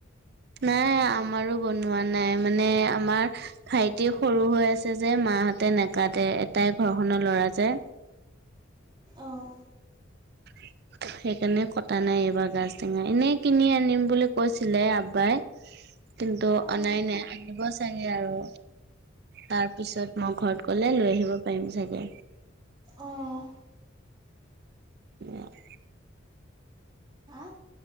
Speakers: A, on the right; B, on the right.
A: নাই আমাৰো বনোৱা নাই মানে আমাৰ ভাইটি সৰু হৈ আছে যে মাহত তে নকাতে এটাই ঘৰখনৰ ল'ৰা যে।
B: অঁ
A: <inaudible> সেইকাৰণে কটা নাই এইবাৰ গাজ টেঙা এনেই কিনি আনিম বুলি কৈছিলে আব্বাই। কিন্তু
B: অঁ
A: অনাই নাই আনিব চাগে আৰু। তাৰ পিছত মই ঘৰত গ'লে লৈ আহিব পাৰিম চাগে।
B: অহ ',
A: অ',
B: হা